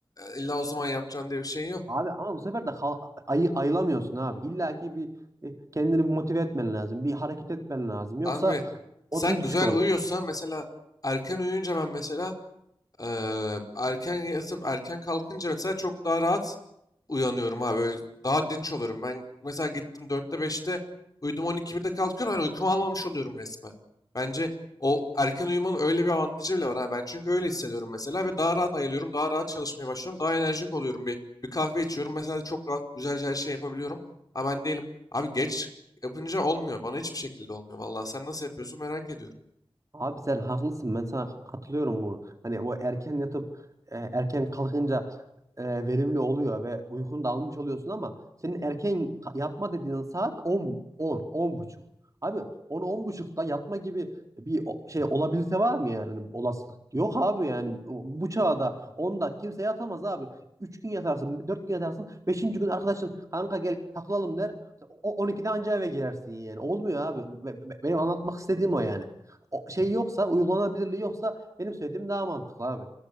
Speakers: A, on the left (about 40°); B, on the right (about 35°).
A: İlla o zaman yapacaksın diye bir şey yok.
B: Abi ama bu sefer de kal ayı ayılamıyorsun abi. İlla ki bir e, kendini bir motive etmen lazım. Bir hareket etmen lazım. Yoksa
A: Abi sen
B: odun
A: güzel
B: düşük oluyor.
A: uyuyorsan mesela erken uyuyunca ben mesela Eee, erken yatıp erken kalkınca mesela çok daha rahat uyanıyorum abi. Böyle Daha dinç oluyorum. Ben mesela gittim dörtte beşte uyudum on iki birde kalkıyorum. Hani uykumu almamış oluyorum resmen. Bence o erken uyumanın öyle bir avantajı bile var. Ha. Ben çünkü öyle hissediyorum mesela ve daha rahat ayılıyorum. Daha rahat çalışmaya başlıyorum. Daha enerjik oluyorum. Bir, bir kahve içiyorum. Mesela çok rahat güzelce her şey yapabiliyorum. Ha ben değilim. Abi geç yapınca olmuyor. Bana hiçbir şekilde olmuyor. Vallahi sen nasıl yapıyorsun merak ediyorum.
B: Abi sen haklısın. Ben sana katılıyorum bu. Hani o erken yatıp e, erken kalkınca e, verimli oluyor ve uykunu da almış oluyorsun ama senin erken ka- yatma dediğin saat 10 10 10 buçuk. Abi 10 10 buçukta yatma gibi bir o- şey olabilirse var mı yani? Hani olasılık yok abi yani bu bu çağda 10'da kimse yatamaz abi. 3 gün yatarsın, 4 gün yatarsın. 5. gün arkadaşın kanka gel takılalım der. O 12'de anca eve girersin yani. Olmuyor abi. Be- be- Benim anlatmak istediğim o yani o şey yoksa uygulanabilirliği yoksa benim söylediğim daha mantıklı abi.